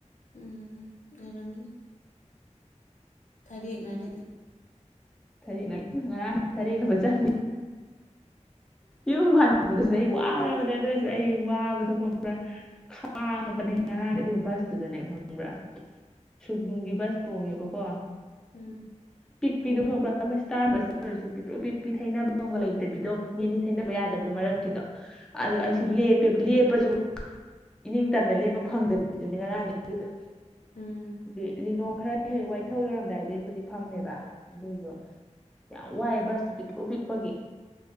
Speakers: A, on the left; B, in the centre.
A: ꯎꯝ ꯑꯣꯏꯔꯝꯗꯤ ꯊꯔ ꯌꯦꯅꯥꯏ ꯂꯩꯗꯦ
B: ꯁꯔꯤꯅ ꯁꯔꯅꯝꯕ ꯆꯥ ꯌꯨꯝ ꯍꯅꯤꯡꯕꯗꯨꯁꯨ ꯑꯩ
A: ꯎꯝ
B: ꯋꯥꯔꯕꯅꯦ ꯑꯗꯨꯑꯣꯏꯁꯨ ꯑꯩ ꯋꯥꯕꯗꯨꯒ ꯄꯨꯔꯥ ꯈꯥꯡꯉꯕꯅꯦ ꯉꯔꯥꯡ ꯑꯗꯨꯒ ꯕꯁꯇꯨꯗꯅꯦ ꯈꯪꯕ꯭ꯔꯥ ꯁꯨꯒꯨꯝꯒꯤ ꯕꯁ ꯇꯣꯡꯉꯦꯕꯀꯣ
A: ꯎꯝ
B: ꯄꯄꯤꯤꯗꯣ ꯈꯔꯛꯄꯥ ꯇꯥꯔꯁꯨ ꯑꯣꯏꯔꯁꯨ ꯄꯤꯛ꯭ꯔꯎ ꯄꯤꯛꯄꯤ ꯊꯩꯅꯅꯕꯗꯣꯝꯒ ꯂꯩꯇꯕꯤꯗꯣ ꯅꯅꯤ
A: ꯎꯝ
B: ꯊꯩꯅꯕ ꯌꯥꯗꯕꯗꯨꯣ ꯃꯔꯛꯀꯤꯗꯣ ꯑꯗꯣ
A: ꯎꯝ
B: ꯑꯩꯁ ꯂꯦꯞꯄꯦꯕ ꯂꯦꯞꯄꯁꯨ ꯏꯅꯤꯡꯇꯝꯗ ꯂꯦꯞꯄ ꯐꯪꯗ꯭ꯔꯤꯗꯨꯅꯤ ꯉꯔꯥꯡꯒꯤ ꯑꯗꯨꯗ
A: ꯎꯝ
B: ꯗꯤ ꯂꯤꯂꯣꯡ ꯈꯔ ꯍꯦꯛ ꯋꯥꯏꯊꯧ ꯌꯧꯔꯝꯗꯥꯏꯗꯕꯨꯗꯤ ꯐꯝꯃꯦꯕ ꯑꯗꯨꯏꯁꯨ ꯌꯥꯝ ꯋꯥꯏꯑꯦ ꯕꯁꯇꯨ ꯄꯤꯛꯎ ꯄꯤꯛꯄꯒꯤ